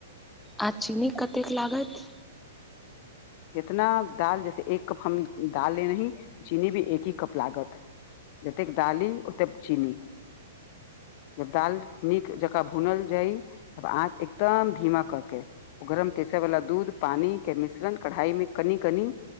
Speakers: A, in the centre; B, on the left (about 40°).
A: आ चीनी कतेक लागत
B: जितना दाल जैसे एक कप हम दाल लेली चीनी भी एक हे कप लागत जतेक दाली ओतेक चीनी जब दाल नीक जकाँ भूनल जाय तब आँच एकदम धीमा कऽ के ओ गरम केसर वाला दूध पानी के मिश्रण कढ़ाई मे कनी कनी